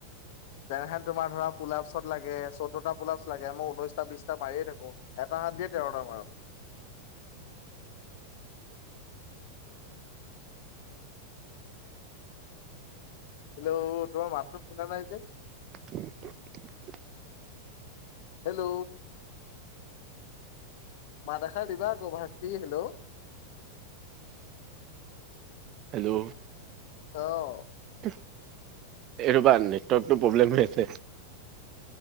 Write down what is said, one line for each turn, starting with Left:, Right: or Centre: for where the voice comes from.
Left: যেনেহেন তোমাৰ ধৰা পুলাফছ লাগে, চৈধ্যটা পুলাফছ লাগে। মই ঊনৈশটা, বিশটা মাৰিয়ে থাকোঁ। এটা হাত দিয়ে তেৰটা মাৰো। হেল্ল' তোমাৰ মাতটো শুনা নাই যে?
Right: <inaudible>
Left: হেল্ল' মাত এষাৰ দিবা আকৌ ভাইটী হেল্ল'?
Right: হেল্ল'?
Left: অ'।
Right: এ, ৰ'বা নেটৱৰ্কটো প্ৰব্লেম হৈ আছে।